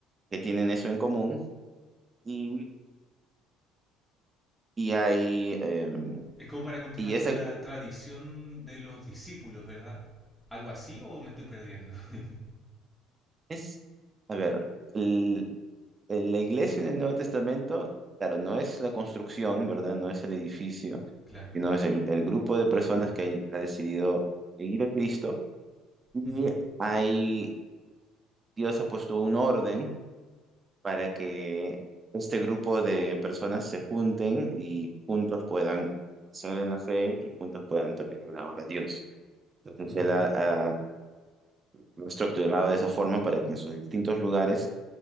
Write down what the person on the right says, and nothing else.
que tienen eso en común y, y hay... eh,
y
ese
Es, a ver, el- el- la iglesia en el Nuevo Testamento, claro, no es la construcción, ¿verdad? No es el edificio,
sino es el, el grupo de personas que hay- ha decidido seguir a Cristo. Y
ahí Dios ha puesto un orden para que este grupo de personas se junten y juntos puedan ser en la fe y juntos puedan también hablar de Dios. Entonces,
Él ha, ha- ha- lo ha estructurado de esa forma para que en sus distintos lugares